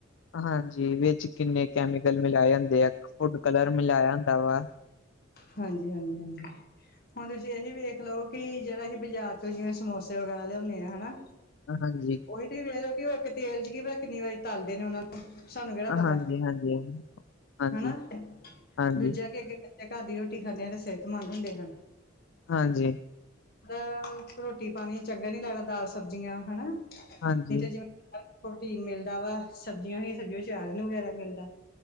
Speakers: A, on the left; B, on the left.
A: ਹਾਂਜੀ ਵਿਚ ਕਿੰਨੇ ਕੈਮੀਕਲ ਮਿਲਾਏ ਹੁੰਦੇ ਆ ਫੁੱਡ ਕਲਰ ਮਿਲਾਇਆ ਹੁੰਦਾ ਵਾ
B: ਹਾਂਜੀ ਹਾਂਜੀ ਹਾਂਜੀ ਹੁਣ ਤੁਸੀਂ ਇਹੀ ਵੇਖ ਲਓ ਕਿ ਜਿਹੜਾ ਅਸੀਂ ਬਾਜ਼ਾਰ ਤੋਂ ਜਿਵੇਂ ਸਮੋਸੇ ਵਗੈਰਾ ਲਿਆਉਂਨੇ ਹਨਾ
A: ਹਾਂਜੀ
B: ਉ ਤੁਸੀਂ ਵੇਖ ਲਓ ਕਿ ਉਹ ਇੱਕ ਤੇਲ ਚ ਕੀ ਪਤਾ ਕਿੰਨੀ ਵਾਰੀ ਤਲਦੇ ਨੇ ਉਹਨਾ ਨੂੰ ਸਾਨੂੰ ਕਿਹੜਾ ਪਤਾ
A: ਹਾਂਜੀ,
B: ਹੈ
A: ਹਾਂਜੀ ਹਾਂਜੀ ਹਾਂਜੀ,
B: ਹਨਾ
A: ਹਾਂਜੀ,
B: ਦੂਜਾ ਅੱਗੇ ਘਰ ਦੀ ਰੋਟੀ ਖਾਂਦੇ ਆ ਤੇ ਸਿਹਤਮੰਦ ਹੁੰਦੇ ਹਨ
A: ਹਾਂਜੀ
B: ਅਂ ਰੋਟੀ ਪਾਣੀ ਚੰਗਾ ਨੀ ਲੱਗਦਾ ਦਾਲ ਸਬਜ਼ੀਆਂ ਹਨਾ
A: ਹਾਂਜੀ,
B: ਨੀ ਤਾਂ ਜਿਵੇਂ ਪਰ ਪ੍ਰੋਟੀਨ ਮਿਲਦਾ ਵਾ ਸਬਜ਼ੀਆਂ ਵੀ ਸਬਜ਼ੀਆਂ ਚ ਅਚਾਰ ਵਗੈਰਾ ਮਿਲਦਾ